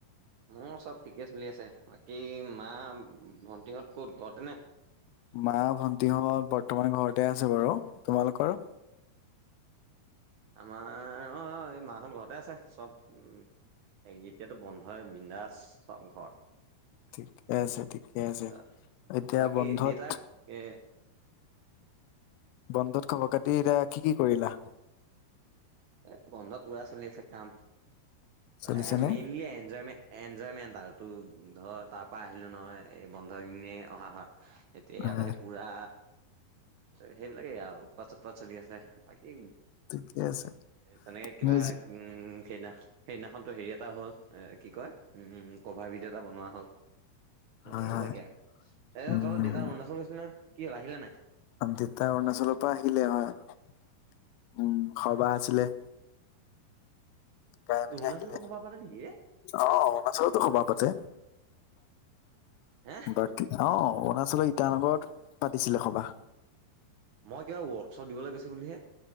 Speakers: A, on the right; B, on the left.
A: মোৰ চব ঠিকে চলি আছে। বাকী, মা-ভণ্টিহঁত ক'ত, ঘৰতে নে?
B: মা-ভন্টি হঁত বৰ্তমান ঘৰতে আছে বাৰু! তোমালোকৰ?
A: আমাৰ অ', অ', এই মাহঁত ঘৰতে আছে। চব, উম। এই এতিয়াতো বন্ধয়েই, বিন্দাচ চব ঘৰত।
B: ঠিকে আছে, ঠিকে আছে।
A: আচ্ছা!
B: এতিয়া
A: বাকী,
B: বন্ধত
A: দেতাক এ
B: বন্ধত খবৰ-খাতি এতিয়া কি, কি কৰিলা?
A: এ, বন্ধত পুৰা চলি আছে কাম!
B: চলিছেনে
A: এ, মেইনলি এনজয়মে এনজয়মেন্ট আৰু তোৰ ধৰ, তাৰ পৰা আহিলোঁ নহয়, এই বন্ধ কিদিনেই অহা হয়। এতিয়া ইয়াত
B: হয়
A: আহি পুৰা, সেইবিলাকে আৰু উৎপাত-চুৎপাত চলি আছে। বাকী
B: ঠিকেই আছে।
A: মানে কিবা
B: মিউজি
A: উম, সেইদিনা, সেইদিনাখনতো হেৰি এটা হ'ল, এ কি কয়, উম, ক'ভাৰ ভিডিঅ' এটা বনোৱা হ'ল।
B: হয়
A: এইবিলাকে
B: হয়
A: আৰু এ যে
B: উম
A: তহঁত দেতা অৰুণাচল গৈছিল নহয়, কি হ'ল, আহিলে নে নাই?
B: দেতা অৰুণাচলৰ পৰা আহিলে, হয়! উম, সবাহ
A: অ
B: আছিলে।
A: অ
B: <unintelligible>
A: অৰুণাচলতো
B: আহিলে,
A: সভা পাতে নেকি ৰে
B: অ, অৰুণাচলতো সবাহ পাতে।
A: হে
B: বাকী অ', অৰুণাচলৰ ইটানগৰত পাতিছিলে সবাহ।
A: মই কিবা ৱৰ্কশ্বপ দিবলৈ গৈছো বুলিহে!